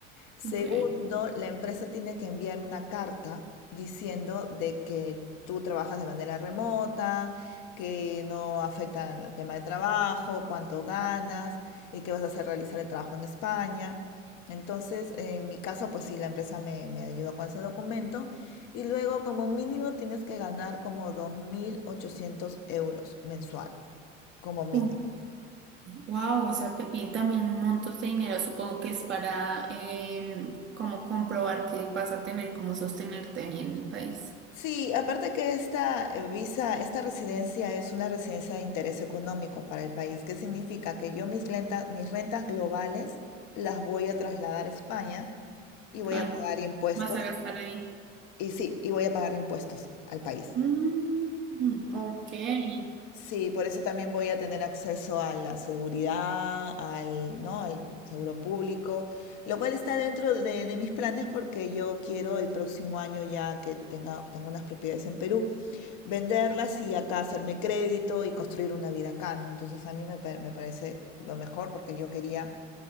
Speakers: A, on the left (about 55°); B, on the right (about 30°).
A: Segundo,
B: ok.
A: la empresa tiene que enviar una carta diciendo de que tú trabajas de manera remota, que no afecta el tema de trabajo, cuánto ganas y que vas a hacer realizar el trabajo en España. Entonces, en mi caso, pues sí, la empresa me, me ayudó con ese documento. Y luego, como mínimo, tienes que ganar como 2.800 euros mensuales, como mínimo.
B: Ok, wow, o sea, Te piden también montos de dinero, supongo que es para em, como comprobar que vas a tener cómo sostenerte ahí en el país.
A: Sí, aparte que esta eh, visa, esta residencia es una residencia de interés económico para el país. ¿Qué significa? Que yo mis rentas, mis rentas globales las voy a trasladar a España y
B: Claro,
A: voy a pagar impuestos.
B: vas a gastar ahí.
A: Y sí, y voy a pagar impuestos al país.
B: Mm, ok, eh,
A: Sí, por eso también voy a tener acceso a la seguridad, al, ¿no? al seguro público, lo cual está dentro de, de mis planes porque yo quiero el próximo año ya que tenga, tengo unas propiedades en Perú, venderlas y acá hacerme crédito y construir una vida acá, ¿no? Entonces a mí me, pa- me parece lo mejor porque yo quería,